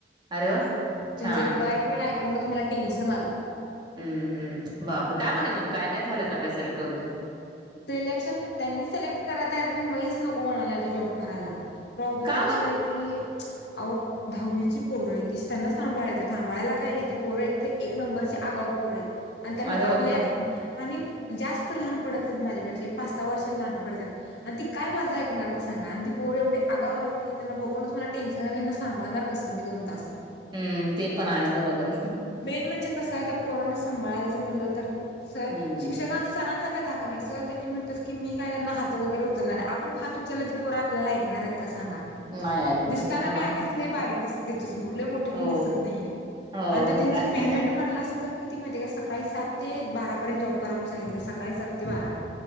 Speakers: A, on the right; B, on the left.
A: अरे वा
B: त्यांची
A: छान
B: रिक्वायरमेंट ऐकूनच मला टेन्शन आलं.
A: हम्म बापरे काय म्हणे मग? काय नाही झालं का काय सिलेक्ट वगैरे?
B: सिलेक्शन त्यांनी सिलेक्ट करायत आजून मीच नको म्हणालाय तो जॉब करायला. प्रॉब्लेम
A: का
B: असाय
A: बरं
B: की, आवो दहावीची पोरंत ती. त्यांना सांभाळायच. सांभाळायला काय नाही. ती पोरं एकत एक नंबरची आगावू पोरंत. आणि त्यांना
A: अरे
B: आपल्या
A: बापरे
B: आणि जास्त लहान पडत नाहीत माझ्यापेक्षा. एक पाच सहा वर्षांन लहान पडत्यात. आणि ती काय माझ ऐकणारेत सांगा. आणि ती पोर एवढी आगावयती. त्यांना बघूनच मला टेन्शन आलंय ह्यांना सांभाळणार कस? तुम्ही दोन तास.
A: हम्म ते पण आहे. बरोबरे.
B: मेन म्हणजे कसं आहे. त्या पोराना सांभाळायचं म्हणलं तर सर
A: हम्म
B: शिक्षकांचा सरांचा काय धाक नाही. सर त्यांनी म्हणतात की मी काय त्यांना हात वगैरे उचलणारे. आपण हात उचलला ती पोरा आपल्याला ऐकणारेत का सांगा?
A: नाही ऐकत
B: दिसताना
A: ते पण
B: मी
A: आहे
B: आधीच लई बारीक दिसते तिच्यासमोर. लई मोठी पण
A: हो
B: दिसत नाहीये.
A: हो
B: आणि ते
A: मग
B: त्यांचं
A: काय
B: पेमेंट म्हणलासा तर किती माहते का? सकाळी सात ते बारापर्यंत जॉब करा म्हणून सांगितलंय. सकाळी सात ते बारा.